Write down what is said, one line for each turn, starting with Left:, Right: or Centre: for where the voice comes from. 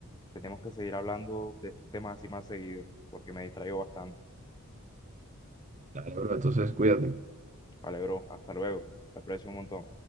Left: tenemos que seguir hablando de estos temas así más seguido, porque me distraigo bastante.
Right: Dale, bro, entonces cuídate.
Left: Vale, bro, hasta luego. Te aprecio un montón.